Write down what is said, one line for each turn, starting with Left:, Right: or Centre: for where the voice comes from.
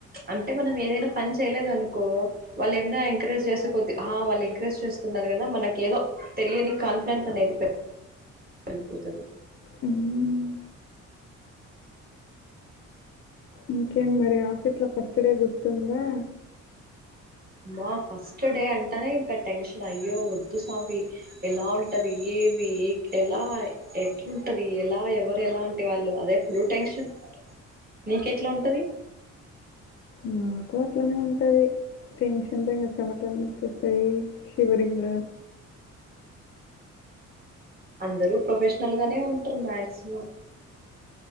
Right: అంటే మనం ఏదైనా పని చేయలేదనుకో వాళ్ళు ఏమన్న ఎంకరేజ్ చేస్తే కొద్ది అ వాళ్ళు ఎంకరేజ్ చేస్ స్తున్నారు కదా మనకి ఏదో తెలియని కాన్ఫిడెంట్ అనేది పే అయిపోతది
Left: హ్మ్. ఇంకేం మరి ఆఫీస్లో ఫస్ట్ డే గుర్తుందా
Right: మా ఫస్ట్ డే అంటానే ఇంకా టెన్షన్ అయ్యో వద్దు స్వామి ఎలా ఉంటది ఇవి ఎలా ఎట్లుంటది ఎలా ఎవరు ఎలంటి వాళ్ళు అదే ఫుల్ టెన్షన్ నీకెట్లా ఉంటది
Left: మాకు అట్లనే ఉంటది టెన్షన్ లో చెమట్లన్ని వచ్చేస్తాయి పై శివరింగు
Right: అందరూ ప్రొఫెషనల్ గానే ఉంటారు మాక్సిమం